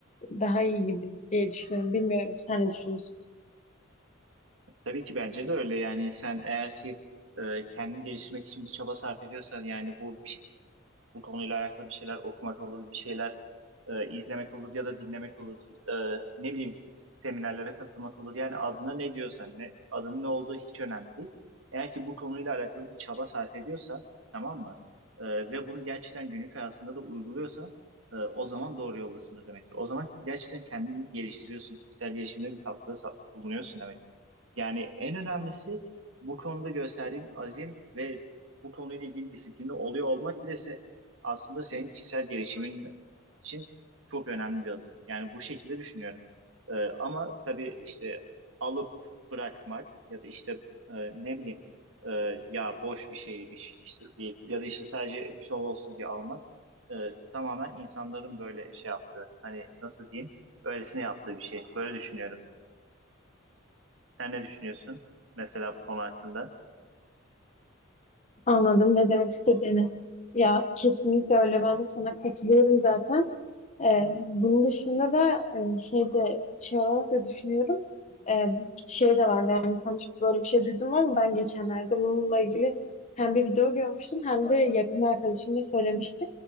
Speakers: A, on the left; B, on the right.
A: daha iyi gibi diye düşünüyorum. Bilmiyorum sen ne düşünüyorsun?
B: Tabii ki bence de öyle yani sen eğer ki e, kendini geliştirmek için bir çaba sarf ediyorsan yani bu bir bu konuyla alakalı bir şeyler okumak olur, bir şeyler e, izlemek olur ya da dinlemek olur. E, ne bileyim seminerlere katılmak olur. Yani adına ne diyorsan, ne, adının ne olduğu hiç önemli değil. Eğer ki bu konuyla alakalı bir çaba sarf ediyorsan, tamam mı? E, ve bunu gerçekten günlük hayatında da uyguluyorsan e, o zaman doğru yoldasın demektir. O zaman gerçekten kendini geliştiriyorsun. Kişisel gelişimine bir katkıda sa- bulunuyorsun demektir. Yani en önemlisi bu konuda gösterdiğin azim ve bu konuyla ilgili disiplini oluyor olmak bile se- aslında senin kişisel gelişimin için çok önemli bir adım. Yani bu şekilde düşünüyorum. Ee, ama tabii işte alıp bırakmak ya da işte e, ne bileyim e, ya boş bir şeymiş işte deyip ya da işte sadece şov olsun diye almak e, tamamen insanların böyle şey yaptığı hani nasıl diyeyim öylesine yaptığı bir şey. Böyle düşünüyorum. Sen ne düşünüyorsun mesela bu konu hakkında?
A: Anladım ne demek istediğini. Ya kesinlikle öyle ben de sana katılıyorum zaten. Ee, bunun dışında da e, şey de şey olarak da düşünüyorum. Ee, şey de vardı yani sen hiç böyle bir şey duydun mu ama ben geçenlerde bununla ilgili hem bir video görmüştüm hem de yakın bir arkadaşım da söylemişti.